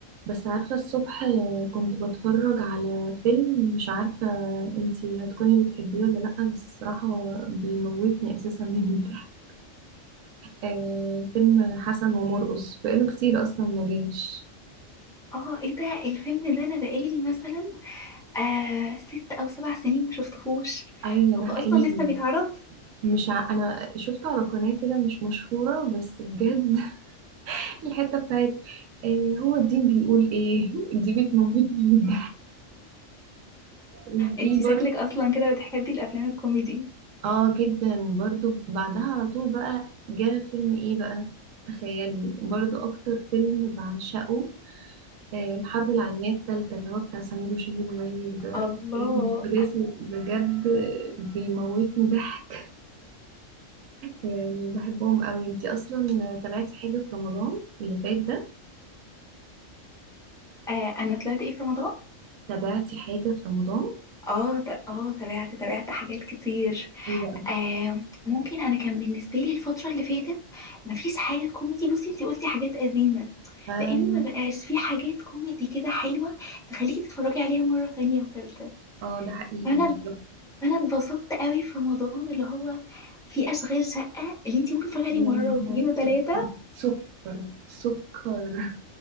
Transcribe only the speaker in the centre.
اه ايه ده الفيلم ده انا بقالي مثلا آه ست او سبع سنين ما شفتهوش
هو
اصلا
لسه بيتعرض
انتي شكلك
اصلا كده بتحبي الافلام الكوميدي
الله
آه انا طلعت ايه في رمضان
اه ت- اه تابعت تابعت حاجات كتير
آه ممكن انا كان بالنسبه لي الفتره اللي فاتت مفيش حاجه كوميدي بصي انتي قلتي حاجات قديمه
لان ما بقاش في حاجات كوميدي كده حلوه تخليكي تتفرجي عليها مره تانية وتالتة
فانا
فانا اتبسطت قوي في رمضان اللي هو في اشغال شقه اللي انت ممكن تتفرجي عليه
مره
واثنين وثلاثه